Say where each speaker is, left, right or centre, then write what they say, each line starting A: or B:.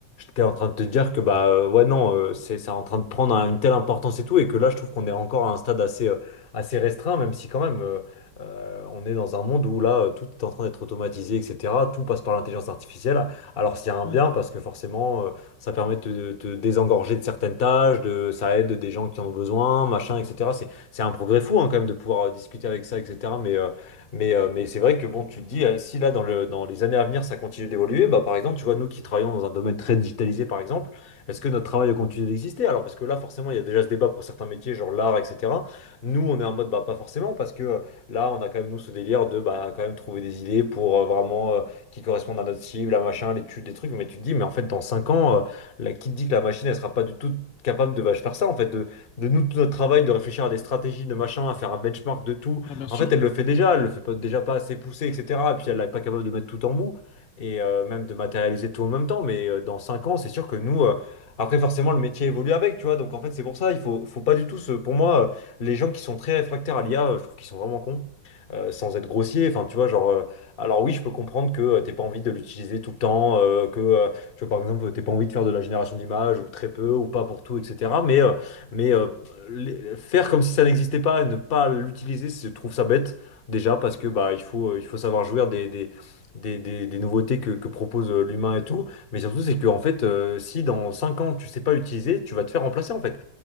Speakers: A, on the left; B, on the left.
A: t'es en train de te dire que, bah, euh, ouais, non, euh, c'est, c'est en train de prendre un- une telle importance et tout, et que là, je trouve qu'on est encore à un stade assez, euh, assez restreint, même si quand même, euh, euh, on est dans un monde où là, euh, tout est en train d'être automatisé, etc. Tout passe par l'intelligence artificielle. Alors, c'est un
B: Ouais,
A: bien, parce que forcément, euh, ça permet de te, te désengorger de certaines tâches, de, ça aide des gens qui en ont besoin, machin, etc c'est un progrès fou hein, quand même de pouvoir euh, discuter avec ça, etc. Mais, euh, mais, euh, mais c'est vrai que bon, tu te dis, euh, si là, dans le, dans les années à venir, ça continue d'évoluer, bah, par exemple, tu vois, nous qui travaillons dans un domaine très digitalisé, par exemple, est-ce que notre travail continue d'exister? Alors, parce que là, forcément, il y a déjà ce débat pour certains métiers, genre l'art, etc. Nous, on est en mode, bah, pas forcément, parce que euh, là, on a quand même, nous, ce délire de, bah, quand même trouver des idées pour euh, vraiment euh, qui correspondent à notre cible, à machin, l'étude, des trucs. Mais tu te dis, mais en fait, dans 5 ans, euh, la, qui te dit que la machine, elle sera pas du tout capable de bah, faire ça, en fait, de nous, tout notre travail, de réfléchir à des stratégies, de machin, à faire un benchmark de tout.
B: bah bien
A: En
B: sûr.
A: fait, elle le fait déjà, elle le fait pas, déjà pas assez poussé, etc. Et puis elle n'est pas capable de mettre tout en mou et euh, même de matérialiser tout en même temps. Mais euh, dans 5 ans, c'est sûr que nous, euh, après, forcément, le métier évolue avec, tu vois. Donc en fait, c'est pour ça, il faut, faut pas du tout, se- pour moi, euh, les gens qui sont très réfractaires à l'IA, euh, je trouve qu'ils sont vraiment cons. euh, sans être grossier, enfin tu vois, genre, euh, alors oui, je peux comprendre que euh, t'aies pas envie de l'utiliser tout le temps, euh, que euh, tu vois, par exemple, t'es pas envie de faire de la génération d'images ou très peu ou pas pour tout, etc. Mais euh, mais euh, les- faire comme si ça n'existait pas et ne pas l'utiliser, c'est- je trouve ça bête déjà parce que bah il faut euh, il faut savoir jouir des des, des, des- des nouveautés que, que propose euh, l'humain et tout. Mais surtout c'est que en fait euh, si dans 5 ans tu sais pas l'utiliser, tu vas te faire remplacer en fait.